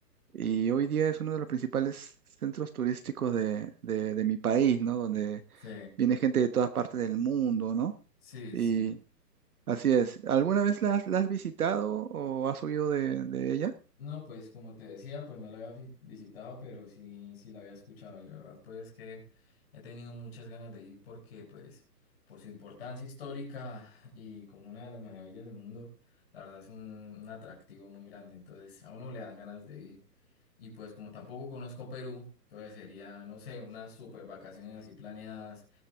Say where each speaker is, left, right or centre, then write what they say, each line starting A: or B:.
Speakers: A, on the right (about 60°); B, on the left (about 35°).
A: y hoy día es uno de los principales centros turísticos de, de- de mi país, ¿no? Donde
B: Sí,
A: viene gente de todas partes del mundo, ¿no?
B: sí,
A: Y
B: sí.
A: así es. ¿Alguna vez la, has la has visitado o has oído de, de ella?
B: No, pues como te decía, pues no la había fi- visitado, pero sí, sí la había escuchado y la verdad pues que he tenido muchas ganas de ir porque pues por su importancia histórica y como una de las maravillas del mundo, la verdad es un, un atractivo muy grande, entonces a uno le dan ganas de ir y pues como tampoco conozco Perú, entonces sería, no sé, unas super vacaciones así planeadas